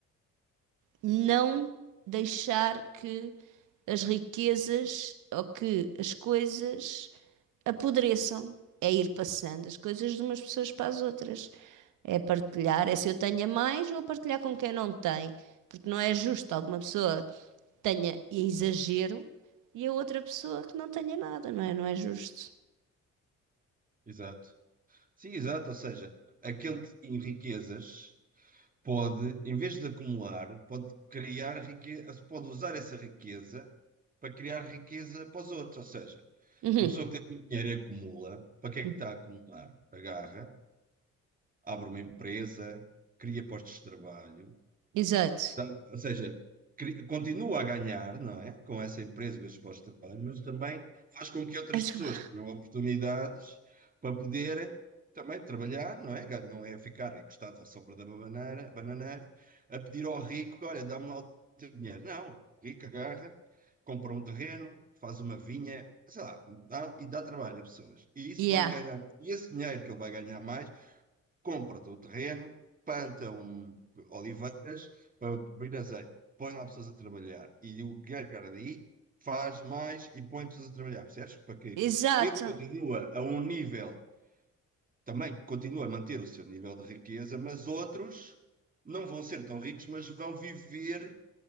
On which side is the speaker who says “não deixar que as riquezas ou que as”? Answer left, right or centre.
Right